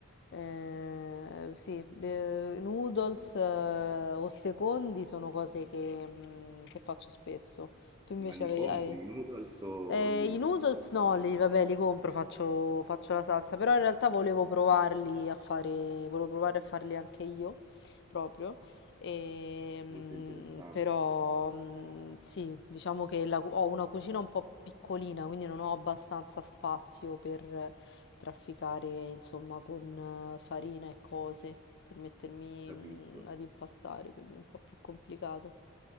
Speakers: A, on the left (about 60°); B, on the right (about 20°).
A: Eh, sì, le- noodles eh, o secondi sono cose che, mh, che faccio spesso. Tu invece
B: Ma li
A: avevi-
B: compri
A: hai...
B: i noodles o
A: Eh,
B: l'impasto?
A: i noodles no, li, vabbè, li compro, faccio, faccio la salsa, però in realtà volevo provarli a fare, volevo provare a farli anche io, proprio. E, mm,
B: Molto interessante,
A: però mm, sì, diciamo che la cu- ho una cucina un po' piccolina, quindi non ho abbastanza spazio per trafficare, insomma, con eh, farina e cose, per mettermi
B: capisco,
A: mm, ad impastare, quindi è un po' più complicato.